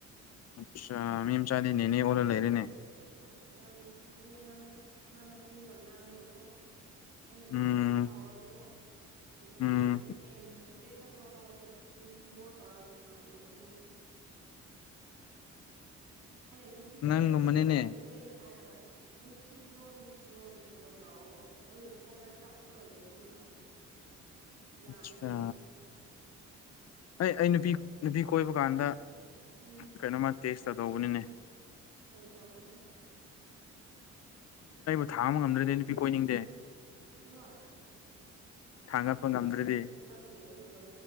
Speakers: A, on the left; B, on the right.
A: ꯑꯆꯥ ꯃꯤ ꯃꯆꯥꯗꯤꯅꯦꯅꯦ ꯑꯣꯂ ꯂꯩꯔꯦꯅꯦ
B: ꯃꯤ ꯌꯥꯝ ꯅꯨꯡꯁꯤꯕꯅꯦ ꯑꯉꯥꯡꯗꯣ ꯃꯥ ꯃꯆꯤꯟꯗꯣ ꯌꯥꯝ ꯌꯥꯡꯒꯀꯣ ꯑꯩꯅ ꯑꯗꯨꯝ
A: ꯎꯝ
B: ꯁꯥꯎꯔꯁꯨꯀꯣ ꯀꯔꯤ ꯍꯥꯏꯒꯅꯤ
A: ꯎꯝ
B: ꯑꯩꯅ ꯅꯨꯡꯁꯤꯗ꯭ꯔꯦ ꯆꯠꯈ꯭ꯔꯣ ꯍꯥꯏꯔꯗꯤ ꯅꯨꯡꯁꯤꯌꯣ ꯇꯧꯔꯅꯤꯡꯉꯥꯏ ꯇꯧꯕꯅꯦ ꯑꯩꯉꯣꯟꯗ ꯑꯩꯅ ꯅꯨꯡꯁꯤꯗ
A: ꯅꯪꯒꯨꯝꯕꯅꯤꯅꯦ
B: ꯆꯠꯂꯣ ꯂꯝ ꯍꯦꯜꯂꯦ ꯍꯥꯏꯔꯒ ꯅꯨꯡꯁꯤꯕꯤꯌꯣ ꯅꯨꯡꯁꯤꯌꯣ ꯅꯨꯡꯁꯤꯌꯣ ꯇꯧꯔꯥꯛꯕꯣ ꯑꯩꯒꯤ ꯈꯣꯡꯗ ꯆꯞꯄꯒ ꯂꯩꯕꯅꯦ ꯃꯥꯗꯤ ꯌꯥꯜꯂꯒ
A: ꯑꯆꯥ ꯑꯩ ꯑꯩ ꯅꯨꯄꯤ ꯅꯨꯄꯤ ꯀꯣꯏꯕ ꯀꯥꯟꯗ
B: ꯎꯝ
A: ꯀꯩꯅꯣꯃ ꯇꯦꯁ ꯇꯗꯧꯕꯅꯤꯅꯦ
B: ꯀꯔꯤ ꯇꯧꯕꯔꯛꯒꯦ
A: ꯊꯥ ꯑꯃ ꯉꯝꯗ꯭ꯔꯗꯤ ꯅꯨꯄꯤ ꯀꯣꯏꯅꯤꯡꯗꯦ
B: ꯆꯂꯣ ꯑꯗ
A: ꯊꯥꯡꯒꯠꯄ ꯉꯝꯗ꯭ꯔꯗꯤ
B: ꯅꯪ ꯅꯪꯦ ꯑꯗꯨꯒ ꯀ ꯃ